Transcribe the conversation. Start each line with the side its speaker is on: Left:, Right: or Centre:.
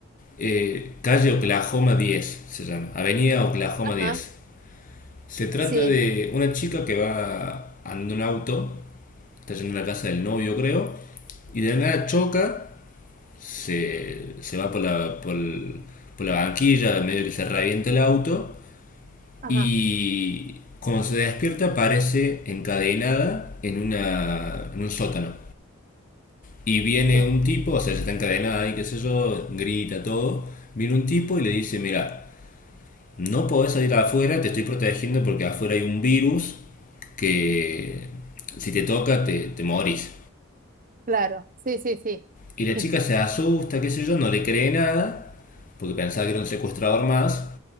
Left: eh, Calle Oklahoma diez se llama. Avenida Oklahoma
Right: Ajá.
Left: diez Se trata
Right: Sí.
Left: de una chica que va andando en un auto, está yendo a la casa del novio, creo, y de la nada choca, se, se va por la, por, el- por la banquilla, medio que se revienta el auto,
Right: Ajá.
Left: Y cuando se despierta aparece encadenada en, una, en un sótano. Y viene
Right: Sí.
Left: un tipo, o sea, ya está encadenada y qué sé yo, grita todo. Viene un tipo y le dice, mira, no podés salir afuera, te estoy protegiendo porque afuera hay un virus que si te toca te, te morís.
Right: Claro. Sí, sí, sí.
Left: Y la
Right: <laughs>
Left: chica se asusta, qué sé yo, no le cree nada, porque pensaba que era un secuestrador más,